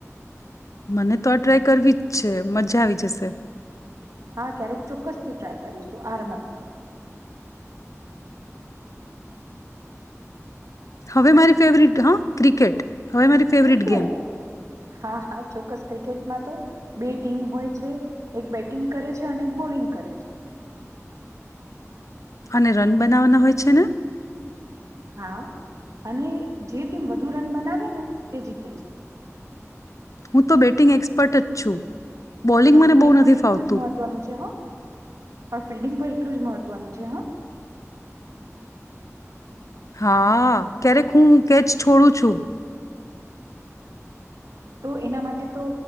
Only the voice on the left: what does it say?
મને તો આ ટ્રાય કરવી જ છે મજા આવી જશે.
હવે મારી ફેવરિટ હા ક્રિકેટ. હવે મારી ફેવરિટ
ગેમ
અને રન બનાવવાના હોય છે ને?
હું તો બેટિંગ એક્સપર્ટ જ છું. બોલિંગ
મને
બહુ
નથી
ફાવતું
હા, ક્યારેક હું કેચ છોડું છું.